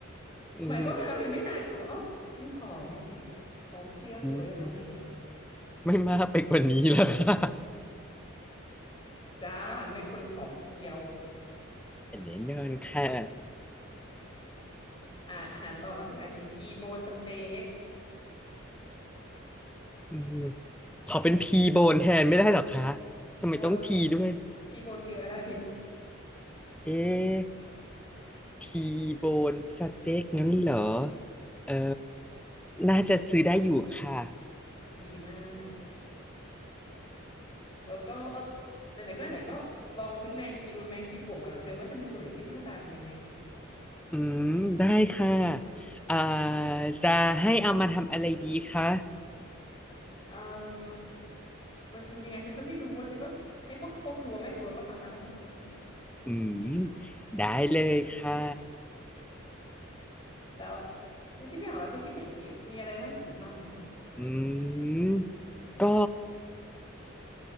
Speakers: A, in the centre; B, on the left.
A: อืม
B: หมายความว่าอะไรไม่น่ากลัวอ๋อฉันผอมนะสิผอมเพรียวสวยกว่านางแบบ
A: อืมไม่มากไปกว่านี้แล้วค่ะ
B: จ้าไม่คนผอมเพรียว
A: แน่นอนค่ะ
B: อ่าอาหารต่อมาฉันอยากกินทีโบนสเต็ก
A: อืมขอเป็นพีโบนแทนไม่ได้หรอคะ
B: ทีโบน
A: ทำไมต้องทีด้วย
B: ทีโบนคืออะไร
A: เอ๊ะทีโบนสเต็กงั้นเหรอ เออน่าจะซื้อได้อยู่ค่ะ
B: ดีมาก แล้วก็เออไหนๆก็ไหนๆก็ลองซื้อแมงจีนูนแมงจีป่องอะไรของเธอมาให้ฉันดูหน่อยสิมันหน้าตาเป็นยังไง
A: อืมได้ค่ะ อ่าจะให้เอามาทำอะไรดีคะ
B: อืมมันกินยังไงฉันก็ไม่รู้ว่าเธอก็ให้พวกพวกครัวแม่ครัวก็ทำมาแล้วกัน
A: อืมได้เลยค่ะ
B: แล้วฉันคิดไม่ออกแล้วเธอคิดมาอีกสิมีอะไรน่ากินอีกบ้างอะ
A: อืมก็